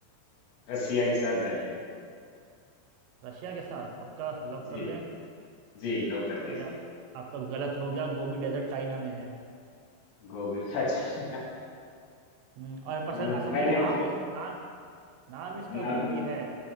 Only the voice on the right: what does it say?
रशिया के साथ पक्का लॉक
कर दें
और
आप, आपका गलत हो गया गोबी डेजर्ट चाइना में है
हम्म,
और बस
असल
में नाम इस ना, नाम इसका
गोबी
है